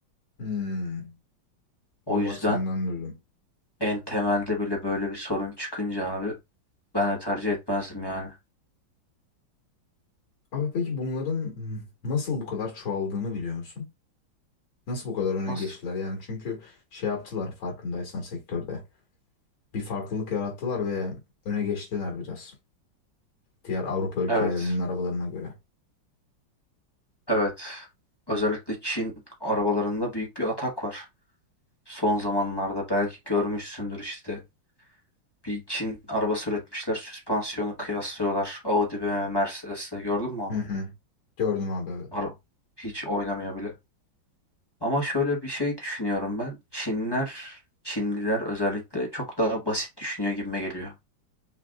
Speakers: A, on the left; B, on the left.
A: Hmm,
B: O
A: onu
B: yüzden
A: bak senden duydum.
B: en temelde bile böyle bir sorun çıkınca abi ben de tercih etmezdim yani.
A: Abi peki bunların hmm, nasıl bu kadar çoğaldığını biliyor musun? Nasıl bu kadar öne
B: Nasıl?
A: geçtiler? Yani çünkü şey yaptılar farkındaysan sektörde. Bir farklılık yarattılar ve öne geçtiler biraz. Diğer Avrupa ülkelerinin
B: Evet.
A: arabalarına göre.
B: Evet. Özellikle Çin arabalarında büyük bir atak var. Son zamanlarda belki görmüşsündür işte Bir Çin arabası üretmişler. Süspansiyonu kıyaslıyorlar. Audi, BMW, Mercedes'le gördün mü onu?
A: Hı hı. Gördüm abi evet.
B: Araba hiç oynamıyor bile. Ama şöyle bir şey düşünüyorum ben. Çinler, Çinliler özellikle çok daha basit düşünüyor gibime geliyor.